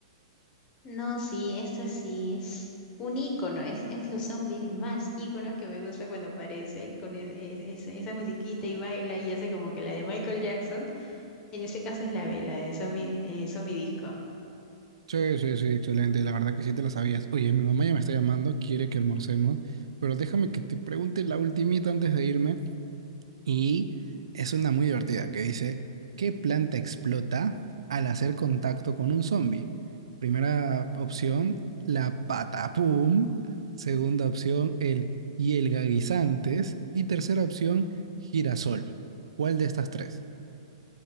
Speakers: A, on the left; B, on the right.
A: No, sí, esto sí es un ícono, es, es los zombies más íconos que me gusta cuando aparece con es- es- esa esa musiquita y baila y hace como que la de Michael Jackson. En este caso es la de, la de Zombie, eh, Zombie Disco.
B: Sí, sí, sí, excelente. La verdad que sí te la sabías. Oye, mi mamá ya me está llamando, quiere que almorcemos, pero déjame que te pregunte la ultimita antes de irme. Y es una muy divertida que dice, ¿qué planta explota al hacer contacto con un zombie? Primera opción, la patapum. Segunda opción, el hielga guisantes. Y tercera opción, girasol. ¿Cuál de estas tres?